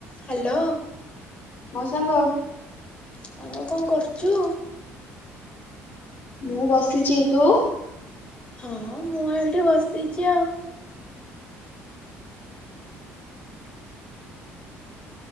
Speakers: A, on the left; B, on the left.
A: Hello.
B: ମୋ ସାଙ୍ଗ
A: ସାଙ୍ଗ କଣ କରୁଚୁ?
B: ମୁଁ ବସିଚି ତୁ
A: ହଁ ମୁଁ ଏଉ ଏଠି ବସିଛି ଆଉ